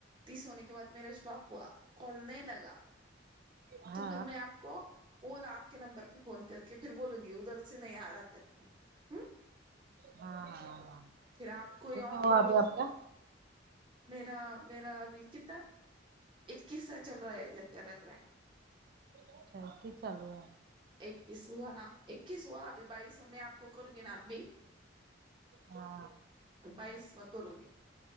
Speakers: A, on the right; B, on the right.
A: تیس ہونے کے بعد میرا اسٹاپ ہوا کھول نہی لگا
B: ہاں
A: تو پھر میں آپ کو وہ نہ آپ کے نمبر پہ فون کر کے پھر بولوں گی ادھر سے نہیں آ رہا کر کے ہوں
B: ہاں ہاں
A: پھر آپ کوئی
B: کتنا
A: اور
B: ہوا
A: لے
B: ابھی
A: لو
B: آپ کا
A: میرا میرا ابھی کتا اکیسا چل رہا ہے لک رگا رہا
B: اچھا یکی چلرا
A: اکیس ہوا نا اکیس ہوا ابھی بائیس میں آپ کو کروں گی نا ابی
B: ہاں
A: بائیسوان کروں گی